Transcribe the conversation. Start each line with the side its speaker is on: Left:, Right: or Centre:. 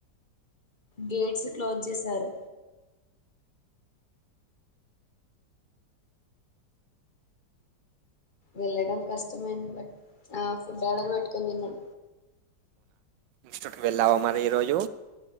Left: గేట్స్ క్లోజ్ చేశారు వెళ్లడం కష్టమైంది బట్ ఆ ఫుడ్ ఆర్డర్ పెట్టుకున్నాం
Right: ఇష్ట వెళ్ళావా మరి ఈ రోజు